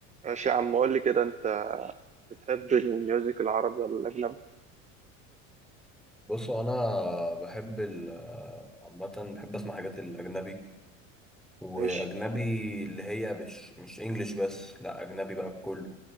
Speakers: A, on the right; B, in the centre.
A: ماشي يا عم قول لي كده انت بتحب الميوزك العربي ولا الاجنبي
B: بصوا انا بحب ال عامه بحب اسمع حاجات الاجنبي واجنبي
A: ماشي
B: اللي هي مش مش انجليش بس لا اجنبي بقى بكله